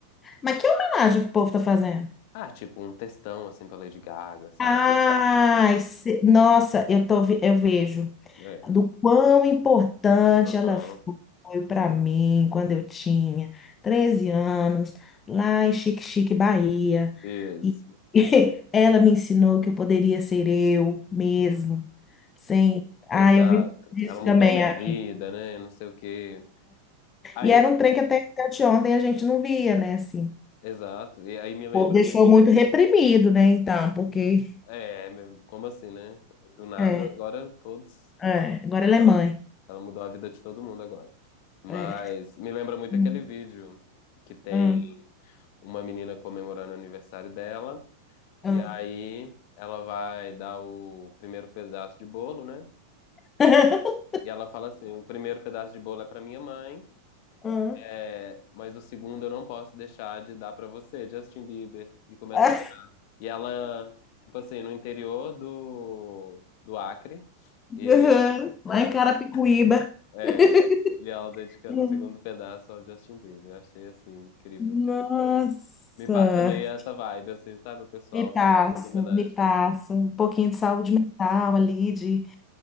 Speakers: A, on the left; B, on the left.
A: Mas que homenagem que o povo tá fazendo?
B: Ah, tipo um textão assim pra Lady Gaga, sabe?
A: Ai,
B: Ah,
A: se- nossa, eu tô, ve- eu vejo
B: é.
A: do quão importante
B: Aham.
A: ela foi para mim quando eu tinha 13 anos, lá em Xique Xique, Bahia.
B: Isso.
A: E <laughs> ela me ensinou que eu poderia ser eu mesmo, sem.
B: Exato.
A: Ah, eu vi isso
B: Ela mudou
A: também.
B: minha
A: a-
B: vida, né? Não sei o quê. Aí,
A: E era um trem que até, até de ontem a gente não via, né? Assim.
B: exato. E aí me lembra
A: Ou deixou
B: muito.
A: muito reprimido, né? Então, porque.
B: É, meu, como assim, né? Do nada,
A: É,
B: agora todos.
A: é, agora ela
B: Ela,
A: é mãe.
B: ela mudou a vida de todo mundo agora. Mas
A: É.
B: me lembra muito
A: Hum,
B: aquele vídeo que tem
A: hum,
B: uma menina comemorando o aniversário dela.
A: hum.
B: E aí ela vai dar o primeiro pedaço de bolo, né?
A: <laughs>
B: E ela fala assim: o primeiro pedaço de bolo é pra minha mãe,
A: Hum.
B: é, mas o segundo eu não posso deixar de dar pra você, Justin Bieber. E começa
A: Ah,
B: a chorar. E ela, tipo assim, no interior do, do Acre, e,
A: Uhum. Lá
B: <laughs>
A: em Carapicuíba.
B: é,
A: <laughs>
B: e ela dedicando
A: Hum.
B: o segundo pedaço ao Justin Bieber. Eu achei assim, incrível.
A: Nossa,
B: Me passa meio essa vibe, assim, sabe? O pessoal
A: me passa,
B: fazendo as homenagens.
A: me passa. Um pouquinho de saúde mental ali, de